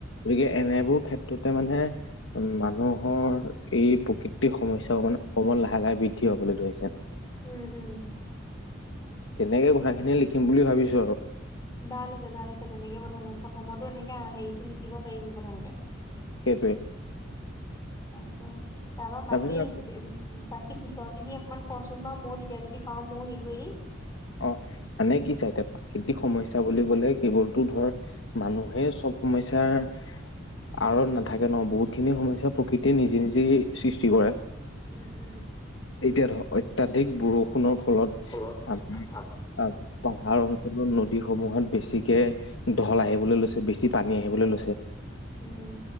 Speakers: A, on the left (about 70°); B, on the left (about 20°).
A: গতিকে এনেবোৰ ক্ষেত্ৰতে মানে উম, মানুহৰ এই প্ৰকৃতিৰ সমস্যবোৰ মানে অসমত লাহে লাহে বৃদ্ধি হবলৈ ধৰিছে।
B: উম, উম।
A: তেনেকে কথাখিনি লিখিম বুলি ভাবিছোঁ আৰু।
B: ভাল হৈছে, ভাল হৈছে। তেনেকে প্ৰথম, প্ৰথমতো এনেকে হেৰিটো লিখিব পাৰিবি প্ৰথমতে।
A: সেইটোৱে।
B: তাকে তাৰ পৰা
A: তাৰপিছত
B: বাকী বাকী পিছৰখিনি অকমান কোৱাচোন বাৰু মই তেতিয়া যদি পাওঁ মইয়ো হেৰি কৰি দিম।
A: অহ, মানে কি চা এতিয়া প্ৰাকৃতিক সমস্যা বুলি ক'লে কেৱলটো ধৰ মানুহে চব সমস্যাৰ আৰত নাথাকে ন' বহুতখিনি সমস্যা প্ৰকৃতিয়ে নিজে নিজেই সৃষ্টি কৰে।
B: উম', উম'।
A: এতিয়া ধৰ অত্যধিক বৰষুণৰ ফলত
B: ফলত
A: আমাৰ পাহাৰ অ নদীসমূহত বেছিকে ঢল আহিবলৈ লৈছে, বেছি পানী আহিবলৈ লৈছে।
B: উম,